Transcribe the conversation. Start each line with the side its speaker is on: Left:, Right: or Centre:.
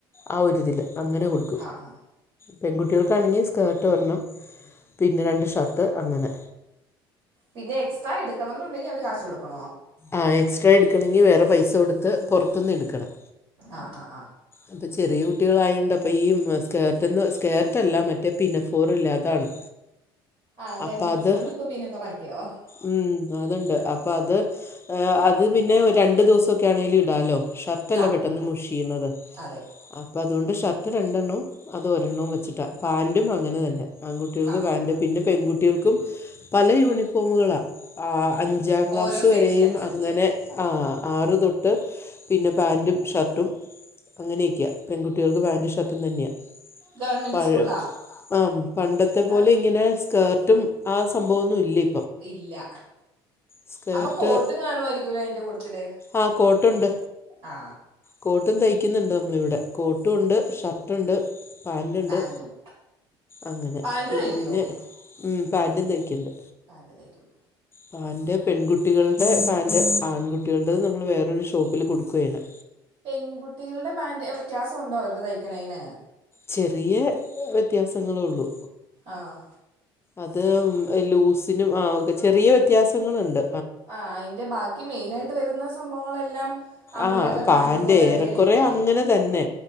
Left: ആ ഒരുതില് അങ്ങനെ കൊട്
Right: ആഹ് ആഹ്
Left: പെൺകുട്ടിയൾക്കാണെങ്കി സ്കേർട്ട് ഒരെണ്ണം പിന്നെ രണ്ട് ഷർട്ട് അങ്ങനെ
Right: പിന്നെ എക്സ്ട്രാ എടുക്കണന്നുണ്ടെങ്കി അവര് കാശു കൊടുക്ക
Left: ആഹ് എക്സ്ട്രാ എട്ക്കണങ്കി വേറെ പൈസ കൊട്ത്ത് പൊറത്ത്ന്ന് എട്ക്കണം
Right: ആഹ് ആഹ് ആഹ്
Left: അപ്പ ചെറിയേ കുട്ടികളായോണ്ട് അപ്പ ഈ മ് സ്കേർട്ടന്ന് സ്കേർട്ടല്ല മറ്റേ പിനഫോറില്ലെ അതാണ്
Right: ആഹ് ഗവൺമെന്റ്
Left: അപ്പം അത്
Right: സ്കൂള്പ്പൊ പിനഫോറാക്കിയോ ഓഹ്
Left: ഉം അത്ണ്ട് അപ്പത് ഏഹ് അത് പിന്നെ ഒര് രണ്ട് ദിവസൊക്കാണേലും ഇടാലോ ഷർട്ടല്ലെ
Right: ആ
Left: പെട്ടെന്ന് മുഷിയ്ണത്
Right: അതെ
Left: അ പ്പ അതോണ്ട് ഷർട്ട് രണ്ടെണ്ണം അത് ഒരെണ്ണും വെച്ചിട്ടാ പാന്റും അങ്ങനെ തന്നെ ആൺകുട്ടിയൾക്ക്
Right: ആ
Left: പാൻ്റ് പിന്നെ പെൺകുട്ടിയൾക്കും പല യൂണിഫോമ്കളാ ആഹ് അഞ്ചാം ക്ലാസ്സ്
Right: ഓരോ സെക്ഷൻ
Left: വരെയും
Right: അനുസരിച്ച്
Left: അങ്ങനെ ആഹ് ആറ് തൊട്ട് പിന്നെ പാൻ്റും ഷർട്ടും അങ്ങനെക്ക്യാ പെൺകുട്ടിയൾക്ക് പാൻ്റും ഷർട്ടും തന്നെയാ
Right: ഗവൺമെൻറ്
Left: പഴ
Right: സ്കൂളാ
Left: ആഹ് പണ്ടത്തെ പോലെ
Right: ആ
Left: ഇങ്ങനെ സ്കേർട്ടും ആ സംഭവൊന്നും ഇല്ല്യേ
Right: ഇല്ലാ
Left: സ്കേർട്ട്
Right: അപ്പൊ കോട്ടും കാണുവായിരിക്കൂലൊ അയ്ന്റെ കൂട്ടത്തില്
Left: ആഹ് കോട്ട്ണ്ട്
Right: ആ
Left: കോട്ടും തയ്ക്കുന്ന്ണ്ട് നമ്മളിവ്ടെ കോ ട്ടുണ്ട് ഷർട്ട്ണ്ട് പാൻ്റ്ണ്ട്
Right: പാൻറ്റും
Left: അങ്ങനെ
Right: പാന്റ്
Left: പിന്നെ
Right: തയ്ക്കോ
Left: ഉം പാൻ്റും തയ്ക്ക്ണ്ട്
Right: പ്പാകെതായ്ക്കും
Left: പാൻ്റ് പെൺകുട്ടികൾടെ പാൻ്റ് ആൺകു ട്ടികൾടേത് നമ്മള് വേറൊരു ഷോപ്പില് കൊടുക്കുവായ്യ്ണ്
Right: പെൺകുട്ടികൾടെ പാൻ്റ് വ്യത്യാസണ്ടോ അവര്ടെ തയ്ക്കണേന്
Left: ചെറിയ വ്യത്യാസങ്ങളേ ഒള്ളൂ
Right: ആഹ്
Left: അത് ലൂസിന് ആഹ് ഒക്കെ ചെറിയ വ്യത്യാസങ്ങള്ണ്ട്
Right: ആഹ് അയിന്റെ ബാക്കി മെയിനായിട്ട് വരുന്ന സംഭവങ്ങളെല്ലാം ആൺപിള്ളേരുടെ
Left: ആഹ് പാന്റെ
Right: പാൻറ് പോലെ തന്നെയല്ലേ
Left: ഏറെക്കുറെ
Right: ഇരിക്കണേ
Left: അങ്ങനെ തന്നെ